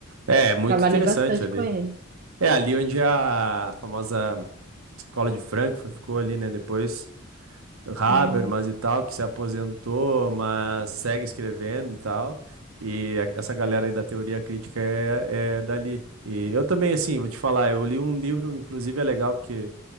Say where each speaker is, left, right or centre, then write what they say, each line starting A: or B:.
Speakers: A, on the right; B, on the right.
A: É, muito
B: Trabalhei
A: interessante
B: bastante
A: ali.
B: com ele.
A: É ali onde a famosa escola de Frankfurt ficou ali, né? Depois. Habermas
B: Sim.
A: e tal, que se aposentou, mas segue escrevendo e tal. E a- essa galera aí da teoria crítica é, é dali. E eu também, assim, vou te falar, eu li um livro, inclusive é legal, porque